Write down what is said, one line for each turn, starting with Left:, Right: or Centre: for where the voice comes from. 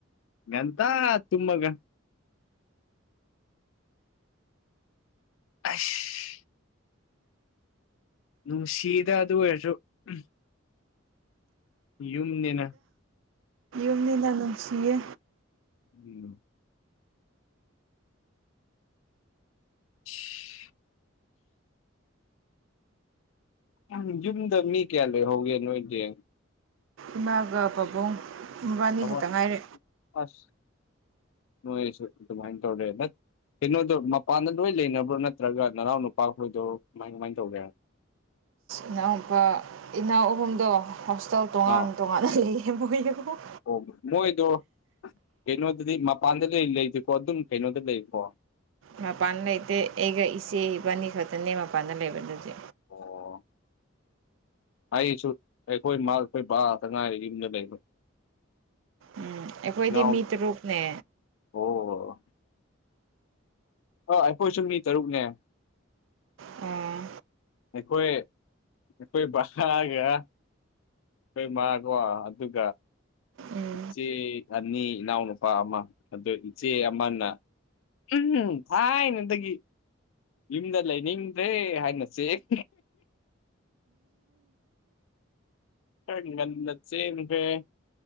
Left: ꯉꯟꯇꯥ ꯇꯨꯝꯃꯒ ꯑꯩꯁ ꯅꯨꯡꯁꯤꯗ ꯑꯗꯨ ꯑꯣꯏꯔꯁꯨ ꯎꯝ ꯌꯨꯝꯅꯤꯅ
Right: ꯄꯨꯛꯅꯤꯡ ꯌꯥꯝ ꯅꯨꯡꯁꯤꯌꯦ
Left: ꯎꯝ <inaudible> ꯎꯝ ꯌꯨꯝꯗ ꯃꯤ ꯀꯌꯥ ꯂꯩꯍꯧꯒꯦ ꯅꯣꯏꯒꯤ
Right: ꯏꯃꯥꯒ ꯄꯥꯕꯨꯡ ꯃꯕꯥꯅꯤ
Left: ꯊꯕꯛ
Right: ꯈꯛꯇ ꯉꯥꯏꯔꯦ
Left: ꯑꯁ ꯅꯣꯏꯁꯨ ꯑꯗꯨꯃꯥꯏꯅ ꯇꯧꯔꯦ ꯗꯠ ꯀꯩꯅꯣꯗꯣ ꯃꯄꯥꯟꯗ ꯂꯣꯏ ꯂꯩꯅꯕ꯭ꯔꯣ ꯅꯠꯇ꯭ꯔꯒ ꯅꯅꯥꯎ ꯅꯨꯄꯥꯈꯣꯏꯗꯣ ꯀꯃꯥꯏ ꯀꯃꯥꯏꯅ ꯇꯧꯒꯦ
Right: ꯏꯅꯥꯎ ꯅꯨꯄꯥ ꯏꯅꯥꯎ ꯑꯍꯨꯝꯗꯣ ꯍꯣꯁꯇꯦꯜ ꯇꯣꯉꯥꯟ
Left: ꯑꯥ
Right: ꯇꯣꯉꯥꯟꯅ ꯂꯩꯌꯦ ꯃꯣꯏ ꯑꯍꯨꯝ
Left: ꯑꯣ ꯃꯣꯏꯗꯣ ꯀꯩꯅꯣꯗꯗꯤ ꯃꯄꯥꯟꯗ ꯂꯩ ꯂꯩꯗꯦꯀꯣ ꯑꯗꯨꯝ ꯀꯩꯅꯣꯗ ꯂꯩꯀꯣ
Right: ꯃꯄꯥꯟ ꯂꯩꯇꯦ ꯑꯩꯒ ꯏꯆꯦ ꯏꯕꯥꯅꯤ ꯈꯛꯇꯅꯦ ꯃꯄꯥꯟꯗ ꯂꯩꯕꯗꯗꯤ
Left: ꯑꯣ ꯑꯩꯁꯨ ꯑꯩꯈꯣꯏ ꯃꯥ ꯑꯩꯈꯣꯏ ꯕꯥ ꯇꯉꯥꯏꯔꯦ ꯌꯨꯝꯗ ꯂꯩꯕ
Right: ꯎꯝ ꯑꯩꯈꯣꯏꯗꯤ
Left: ꯏꯅꯥꯎ
Right: ꯃꯤ ꯇꯨꯔꯨꯛꯅꯦ
Left: ꯑꯣ ꯑ ꯑꯩꯈꯣꯏꯁꯨ ꯃꯤ ꯇꯔꯨꯛꯅꯦ
Right: ꯑꯣ
Left: ꯑꯩꯈꯣꯏ ꯑꯩꯈꯣꯏ ꯚꯔꯥꯒ ꯑꯩꯈꯣꯏ ꯃꯥꯒꯣ ꯑꯗꯨꯒ
Right: ꯎꯝ
Left: ꯏꯆꯦ ꯑꯅꯤ ꯏꯅꯥꯎꯅꯨꯄꯥ ꯑꯃ ꯑꯗꯨ ꯏꯆꯦ ꯑꯃꯅ ꯎꯝ ꯊꯥꯏꯅꯗꯒꯤ ꯌꯨꯝꯗ ꯂꯩꯅꯤꯡꯗ꯭ꯔꯦ ꯍꯥꯏꯅ ꯆꯦꯛ ꯈꯔꯥ ꯉꯟꯅ ꯆꯦꯟꯒꯔ꯭ꯦ